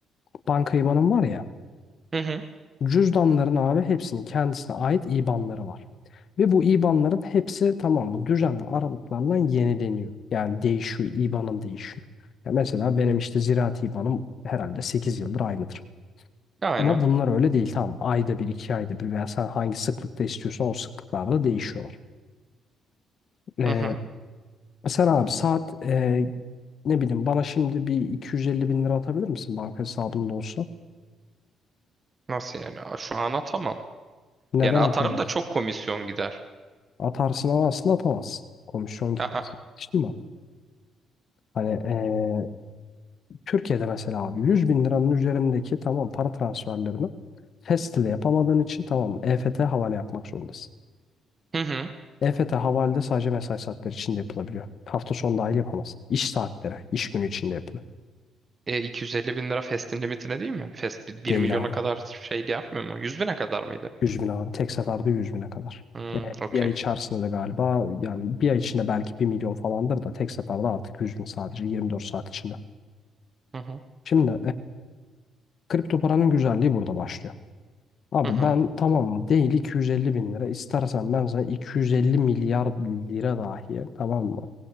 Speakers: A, on the left; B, on the right.
A: banka IBAN'ım var ya.
B: Hı hı.
A: Cüzdanların abi hepsinin kendisine ait IBAN'ları var. Ve bu IBAN'ların hepsi tamam mı düzenli aralıklarla yenileniyor. Yani değişiyor, IBAN'ım değişiyor. Ya mesela benim işte ziraat IBAN'ım herhalde 8 yıldır aynıdır.
B: Aynen.
A: Ama bunlar öyle değil tamam. Ayda bir, iki ayda bir veya sen hangi sıklıkta istiyorsan o sıklıklarda değişiyorlar. Ee,
B: Hı hı.
A: sen abi saat e, ne bileyim bana şimdi bir 250 bin lira atabilir misin banka hesabında olsa?
B: Nasıl yani? Aa, Şu an atamam.
A: Neden
B: Yani atarım
A: atamaz?
B: da çok komisyon gider.
A: Atarsın ama aslında atamazsın. Komisyon gitmesin.
B: Aa.
A: Geçtin mi? Hani eee, Türkiye'de mesela abi 100 bin liranın üzerindeki tamam para transferlerini fest ile yapamadığın için tamam EFT havale yapmak zorundasın.
B: Hı hı.
A: EFT havalede sadece mesai saatleri içinde yapılabiliyor. Hafta sonu dahil yapamazsın. İş saatleri, iş günü içinde yapılıyor.
B: E, 250 bin lira Fest'in limitine değil mi? Fest bir
A: Değil
B: milyona
A: abi.
B: kadar şey yapmıyor mu? 100 bine kadar mıydı?
A: 100 bin abi. Tek seferde 100 bine kadar.
B: Hmm, okey.
A: Bir ay içerisinde de galiba yani bir ay içinde belki bir milyon falandır da tek seferde artık 100 bin sadece 24 saat içinde.
B: Hı
A: Şimdi Kripto paranın güzelliği burada başlıyor. Abi
B: Hı hı.
A: ben tamam mı değil 250 bin lira istersen ben sana 250 milyar lira dahi tamam mı?